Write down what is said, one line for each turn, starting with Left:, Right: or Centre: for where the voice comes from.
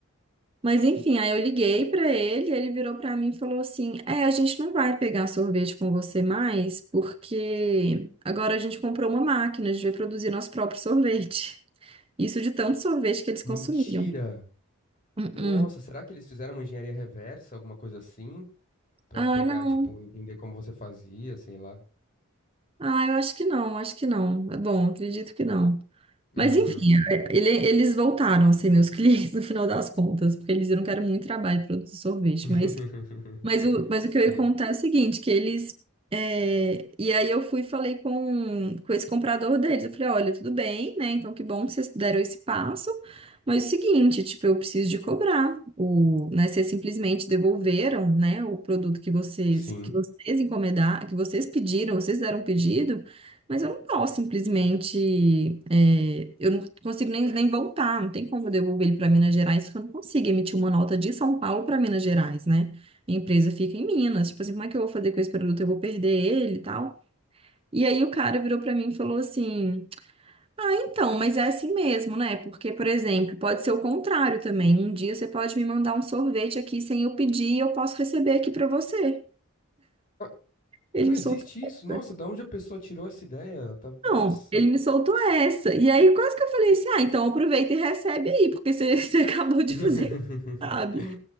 Right: Mas enfim, aí eu liguei pra ele, ele virou pra mim e falou assim: "É, a gente não vai pegar sorvete com você mais, porque agora a gente comprou uma máquina, a gente vai produzir nosso próprio sorvete." Isso de tanto sorvete que eles consumiam.
Left: Mentira!
Right: Uhum.
Left: Nossa, será que eles fizeram uma engenharia reversa, alguma coisa assim? Pra
Right: Ah,
Left: pegar,
Right: não.
Left: tipo, entender como você fazia, sei lá.
Right: Ah, eu acho que não, acho que não. É bom, acredito que não.
Left: Uhum.
Right: Mas enfim, é, ele- eles voltaram a ser meus <laughs> clientes no final das contas, porque eles viram que era muito trabalho produzir sorvete.
Left: <laughs>
Right: Mas Mas o, mas
Left: Sim,
Right: o que eu ia contar é o seguinte, que eles... é, E aí eu fui e falei com, com esse comprador deles. Eu falei, olha, tudo bem, né? Então que bom que vocês deram esse passo. Mas é o seguinte, tipo, eu preciso de cobrar. O, né, vocês simplesmente devolveram, né, o produto que vocês,
Left: sim.
Right: que vocês encomendaram, que vocês pediram, vocês deram um pedido, mas eu não posso simplesmente... é, eu não consigo nem, nem voltar, não tem como eu devolver ele para Minas Gerais, porque eu não consigo emitir uma nota de São Paulo para Minas Gerais, né? a empresa fica em Minas. Tipo assim, como é que eu vou fazer com esse produto? Eu vou perder ele e tal. E aí o cara virou pra mim e falou assim: Ah, então, mas é assim mesmo, né? Porque, por exemplo, pode ser o contrário também. Um dia você pode me mandar um sorvete aqui sem eu pedir e eu posso receber aqui pra você.
Left: Ah,
Right: Ele
Left: Não
Right: me
Left: existe
Right: soltou essa.
Left: isso. Nossa, da onde a pessoa tirou essa ideia? Tá- Nossa.
Right: Não, ele me soltou essa. E aí quase que eu falei assim: Ah, então aproveita e recebe aí, porque você, <laughs> você acabou de
Left: <laughs>
Right: fazer, isso, sabe?